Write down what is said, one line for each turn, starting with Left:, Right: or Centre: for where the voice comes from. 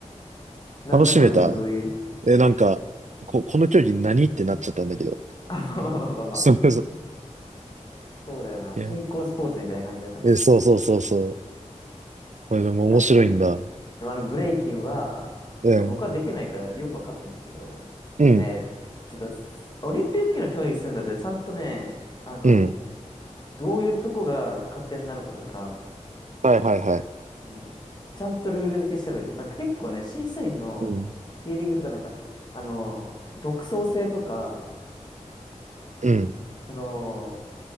Left: なんだこれってどういう
Right: 楽しめたえ、なんか、こ、この競技何ってなっちゃったんだけど。
Left: <laughs> あ、まあまあまあまあまあ。
Right: そうそう。
Left: そうだよな。
Right: いや
Left: 新興スポーツみたいな感じだから。
Right: え、そうそうそうそう。まあでも面白いんだ。
Left: 確かにな。でもあのブレイキンは、
Right: うん。
Left: まあ、僕はできないからよくわかんないんだけど、
Right: うん。
Left: でもね、ちょっと、オリンピックの競技するんだって、ちゃんとね、あの、
Right: うん。
Left: どういうとこが加点なのかとか、
Right: はいはいはい。
Left: そうちゃんとルール付けした方がいいと思う。なんか結構ね、審査員のフィーリングとか、
Right: うん。
Left: なんか、あの、独創性とか、
Right: うん。
Left: その、